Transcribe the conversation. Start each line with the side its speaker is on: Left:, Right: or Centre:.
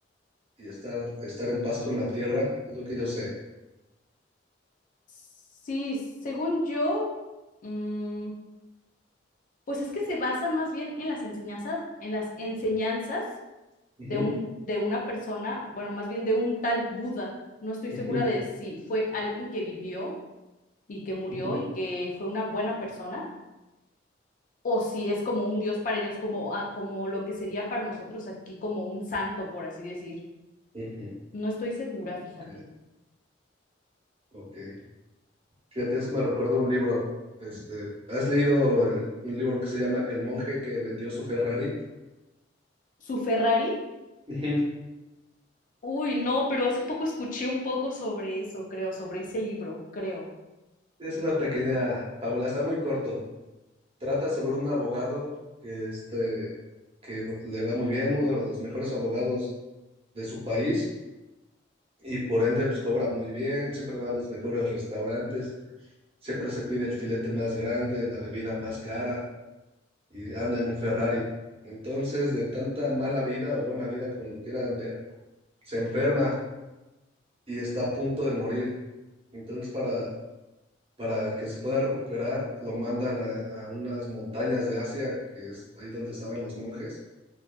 Right: Y estar, estar en paz con la tierra, es lo que yo sé.
Left: Sí, según yo, mm, pues es que se basa más bien en las enseñanzas, en las enseñanzas
Right: Ujú,
Left: de un, de una persona, bueno, más bien de un tal Buda. No estoy
Right: ujú,
Left: segura de si fue alguien que vivió y que murió
Right: ujú,
Left: y que fue una buena persona, o si es como un dios para ellos, como, ah, como lo que sería para nosotros aquí como un santo, por así decir.
Right: ujú.
Left: No estoy segura, fíjate.
Right: Ok, ok. Fíjate, eso me recuerda un libro. Este, ¿has leído el- un libro que se llama El monje que vendió su Ferrari?
Left: Su Ferrari
Right: Ujú.
Left: Uy, no, pero hace poco escuché un poco sobre eso, creo, sobre ese libro, creo.
Right: Es una pequeña fábula, está muy corto. Trata sobre un abogado que, este, que le va muy bien, uno de los mejores abogados de su país, y por ende pues cobra muy bien, siempre va a los mejores restaurantes, siempre se pide el filete más grande, la bebida más cara y anda en un Ferrari. Entonces, de tanta mala vida o buena vida como lo quieran ver, se enferma y está a punto de morir. Entonces, para, para que se pueda recuperar, lo mandan a, a unas montañas de Asia, que es ahí donde estaban los monjes,